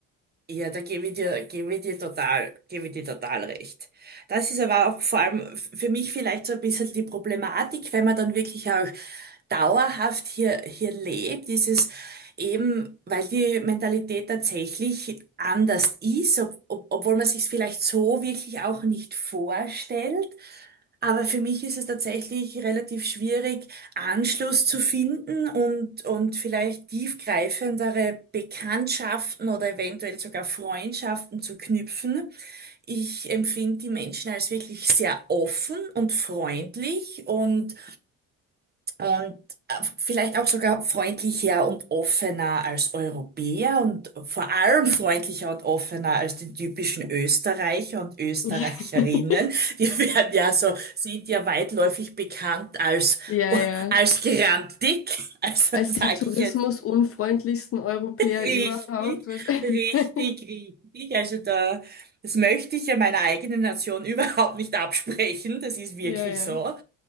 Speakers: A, on the right (about 30°); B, on the left (about 45°).
A: Ja, da gebe ich dir, gebe ich dir total, gebe ich dir total recht. Das ist aber auch vor allem f- für mich vielleicht so ein bisschen die Problematik, wenn man dann wirklich auch dauerhaft hier, hier lebt, ist es eben, weil die Mentalität tatsächlich anders ist, ob, ob, obwohl man sich es vielleicht so wirklich auch nicht vorstellt. Aber für mich ist es tatsächlich relativ schwierig, Anschluss zu finden und, und vielleicht tiefgreifendere Bekanntschaften oder eventuell sogar Freundschaften zu knüpfen. Ich empfinde die Menschen als wirklich sehr offen und freundlich und und äh, vielleicht auch sogar freundlicher und offener als Europäer und vor allem freundlicher und offener als die typischen Österreicher und Österreicherinnen.
B: <laughs>
A: <laughs> Wir werden ja so, sind ja weitläufig bekannt als,
B: Ja,
A: <laughs>
B: ja.
A: als grantig. Also
B: Als
A: sage
B: die tourismusunfreundlichsten
A: ich jetzt.
B: Europäer
A: Richtig,
B: überhaupt wahrscheinlich.
A: richtig,
B: <laughs>
A: richtig. Also da, das möchte ich ja meiner eigenen Nation <laughs> überhaupt nicht absprechen. Das ist wirklich
B: Ja, ja.
A: so.